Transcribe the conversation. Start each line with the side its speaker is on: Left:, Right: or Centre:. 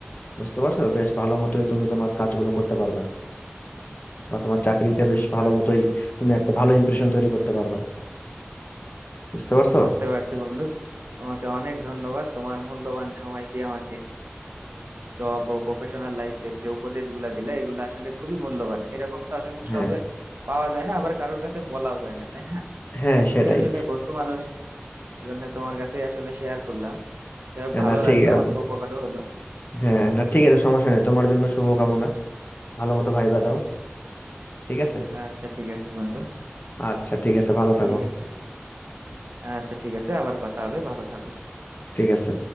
Left: বুঝতে পারছো বেশ ভালো মতোই তুমি তোমার কাজগুলো করতে পারবা বা তোমার চাকরিতে বেশ ভালো
Right: আচ্ছা
Left: মতোই তুমি একটা ভালো ইমপ্রেশন তৈরি করতে পারবা বুঝতে পারছো
Right: বুঝতে পারছি বন্ধু তোমাকে অনেক ধন্যবাদ তোমার মূল্যবান সময় দিয়ে আমাকে জব ও প্রফেশনাল লাইফের যে উপদেশগুলা দিলে এগুলো আসলে খুবই মূল্যবান এরকম তো আসলে
Left: হ্যাঁ
Right: সহজে পাওয়া যায় না আবার কারোর কাছে বলাও যায় না তাই না
Left: হ্যাঁ
Right: তো তুমি
Left: সেটাই
Right: আসলে বন্ধু মানুষ এজন্য তোমার কাছে আসলে শেয়ার করলাম যাই হোক ভালো
Left: না ঠিক
Right: লাগলো
Left: আছে
Right: অনেক উপকারও হলো
Left: হ্যাঁ না ঠিক আছে সমস্যা নেই তোমার জন্য শুভকামনা ভালো মতো ভাইবা দাও ঠিক আছে
Right: আচ্ছা ঠিক আছে বন্ধু
Left: আচ্ছা ঠিক আছে ভালো থাকো
Right: ঠিক আছে আচ্ছা ঠিক আছে আবার কথা হবে ভালো থাকো
Left: ঠিক আছে